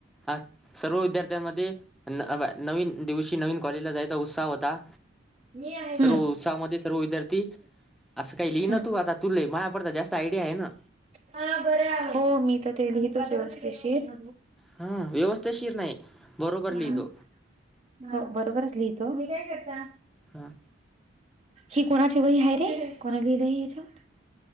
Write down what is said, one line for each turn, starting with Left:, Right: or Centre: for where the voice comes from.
Centre: हा सर्व विद्यार्थ्यांमध्ये अह नवीन दिवशी नवीन कॉलेजला जाय चा उत्साह होता
Right: हम्म
Centre: सर्व उत्साहामध्ये सर्व विद्यार्थी असं काही लिहि
Right: हम्म
Centre: ना तू आता तुले माझ्यापडता जास्त आयडिया आहे ना.
Right: हा बरे हाय, हो मी तर ते लिहितेच व्यवस्थेशीर
Centre: हम्म व्यवस्थेशीर नाही बरोबर लिहितो
Right: हम्म हो बरोबरच लिहतो. तुम्ही काय करता?
Centre: हा
Right: ही कोणाची वही आहे रे कोण लिहलं हे यांचावर?